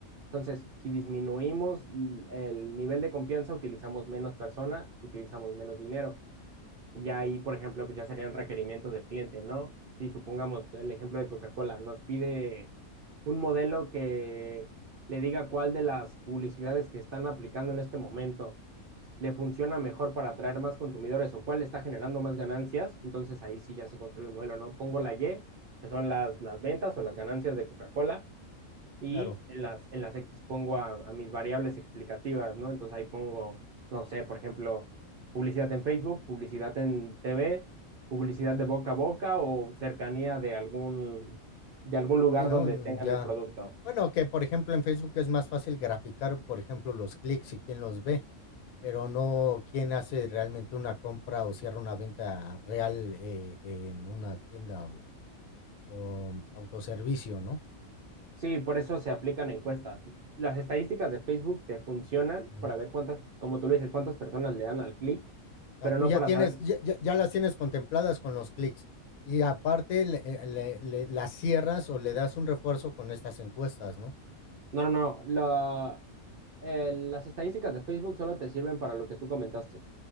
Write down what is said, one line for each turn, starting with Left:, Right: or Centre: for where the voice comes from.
Right: Entonces, si disminuimos el nivel de confianza, utilizamos menos persona, utilizamos menos dinero. Y ahí, por ejemplo, pues ya serían requerimientos del cliente, ¿no? Si supongamos el ejemplo de Coca-Cola, nos pide un modelo que le diga cuál de las publicidades que están aplicando en este momento le funciona mejor para atraer más consumidores o cuál está generando más ganancias, entonces ahí sí ya se construye el modelo, ¿no? Pongo la Y, que son las, las ventas o las ganancias de Coca-Cola, y
Left: claro.
Right: en las, en las X pongo a, a mis variables explicativas, ¿no? Entonces ahí pongo, no sé, por ejemplo, publicidad en Facebook, publicidad en TV, publicidad de boca a boca o cercanía de algún, de algún lugar
Left: Sí, ¿no?
Right: donde
Left: Mm,
Right: tengan
Left: ya.
Right: el producto.
Left: Bueno, que por ejemplo en Facebook es más fácil graficar, por ejemplo, los clics y quién los ve, pero no quién hace realmente una compra o cierra una venta real eh, en una tienda o, o autoservicio, ¿no?
Right: Sí, por eso se aplican encuestas. Las estadísticas de Facebook te funcionan
Left: Ujú.
Right: para ver cuántas, como tú le dices, cuántas personas le dan al clic,
Left: O sea,
Right: pero
Left: tú
Right: no
Left: ya
Right: para
Left: tienes,
Right: saber.
Left: ya, ya- ya las tienes contempladas con los clics y aparte le- eh, le- le- las cierras o le das un refuerzo con estas encuestas, ¿no?
Right: No, no, no. la- eh, las estadísticas de Facebook solo te sirven para lo que tú comentaste.